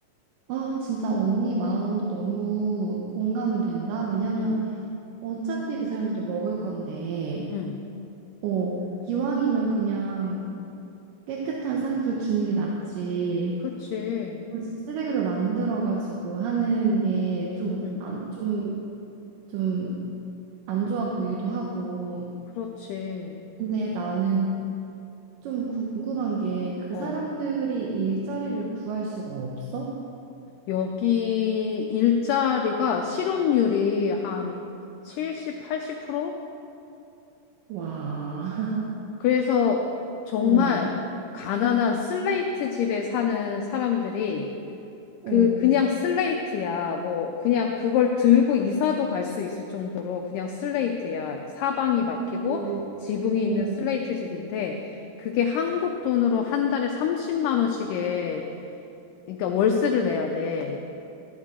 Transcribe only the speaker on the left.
응,
응.
그치.
응,
그렇지.
어.
여기 일자리가 실업률이 한 70, 80%야.
그래서 정말
가난한 슬레이트 집에 사는 사람들이
그 그냥 슬레이트야. 뭐 그냥 그걸 들고 이사도 갈 수 있을 정도로 그냥 슬레이트야. 사방이 막히고
지붕이
있는 슬레이트 집인데 그게 한국 돈으로 한 달에 30만 원씩에 그러니까 월세를 내야 돼.